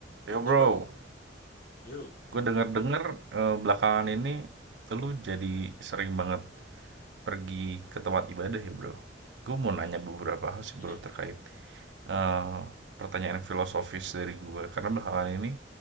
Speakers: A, on the right; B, on the left.
A: Yo bro,
B: Lo bro, yo,
A: gue denger-denger eh, belakangan ini lu jadi sering banget pergi ke tempat ibadah ya bro. Gue mau nanya beberapa hal sih
B: ya,
A: bro terkait eh, pertanyaan filosofis dari gue. Karena belakangan ini